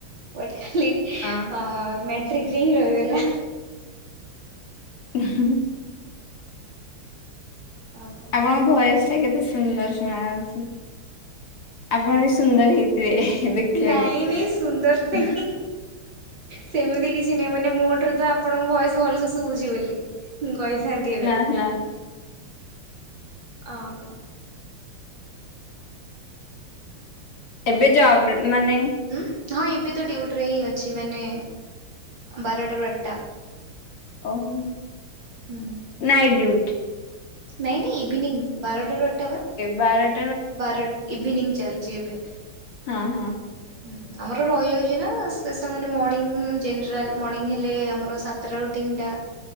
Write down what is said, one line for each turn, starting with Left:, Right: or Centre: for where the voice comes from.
Right: ବଟ ଖାଲିଅ
Left: ହଁ।
Right: ମ୍ୟାଟ୍ରିକ୍ରରେ ହିଁ ରହିଗଲା
Left: ହ
Right: ଆଉ କ
Left: ଆପଣଙ୍କ ଭଏସ ଟା କେତେ ସୁନ୍ଦର ଶୁଣା ଯାଉଛି ଆପଣ ବି ସୁନ୍ଦର ହେଇଥିବେ ଦେଖିବାକୁ
Right: ନାଇଁ ନାଇଁ ସୁନ୍ଦର ନାଇଁ ସେମିତି କିଛି ନାହିଁ ମାନେ ମୋ ଠାରୁ ତ ଆପଣଙ୍କ ଭୟସ ଭଲସେ ଶୁଭଉଛି ବୋଲି ହୁଁ କହିଥାନ୍ତି ଏବେ
Left: ହେଲା
Right: ଆଉ କ
Left: ଏବେ ଜବ ମାନେ
Right: ଉ ହଁ ଏବେ ତ ଡ୍ୟୁଟିରେ ହିଁ ଅଛି ମାନେ ବାର ଟା ରୁ ଆଠ ଟା
Left: ଓହୋ
Right: ହୁଁ
Left: ନାଇଟ୍ ଡଡିୁଟି
Right: ନାଇଁ ନାଇଁ ଇଭିନିଂ ବାରଟାରୁ ଆଟା ବା
Left: ବାରଟ
Right: ବାର ଇଭିନିଂ ଚାଲଛି ଏବେ
Left: ହଁ ହଁ
Right: ହୁଁ ଆମର ରହିଯାଉଛି ନା ସ୍ପେ ମାନେ ମର୍ଣିଂ ଜେନେରାଲ ମର୍ଣିଂ ହେଲେ ଆମର ସାତଟା ରୁ ତିନିଟା